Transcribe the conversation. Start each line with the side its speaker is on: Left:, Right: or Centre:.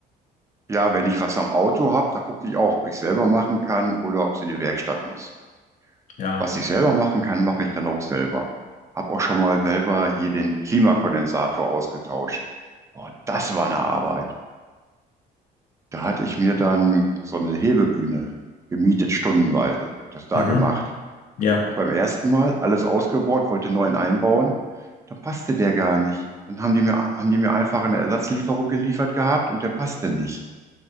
Right: Ja, wenn ich was am Auto habe, da gucke ich auch, ob ich selber machen kann oder ob es in die Werkstatt muss.
Left: Ja.
Right: Was ich selber machen kann, mache ich dann auch selber. Hab auch schon mal selber hier den Klimakondensator ausgetauscht. Boah, das war eine Arbeit. Da hatte ich mir dann so eine Hebebühne gemietet, stundenweise, das da
Left: Mhm.
Right: gemacht.
Left: Ja.
Right: Und beim ersten Mal alles ausgebaut, wollte neuen einbauen, dann passte der gar nicht. Dann haben die mir, haben die mir einfach eine Ersatzlieferung geliefert gehabt und der passte nicht.